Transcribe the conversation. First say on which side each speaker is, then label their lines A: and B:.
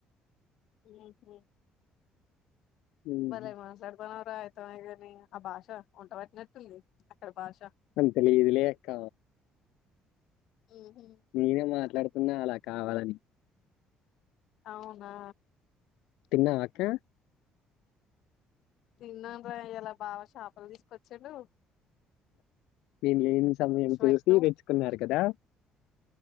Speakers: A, on the left; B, on the left.
A: ఉహు
B: ఉమ్,
A: భలే మాట్లాడ్తన్నావ్రా ఐతేమాయే గాని ఆ భాష వంట వట్టినట్టుంది అక్కడి భాష
B: అంతలేదులే అక్క
A: ఉహు
B: నేనే మాట్లాడుతున్నా అలా కావాలని
A: అవునా
B: తిన్నవక్క
A: తిన్నాన్రా ఇయాల బావా షాపలు తీస్కొచ్చిండు
B: నేను లేని సమయం చూసి
A: పెట్టినావ్
B: దెచ్చుకున్నారు కదా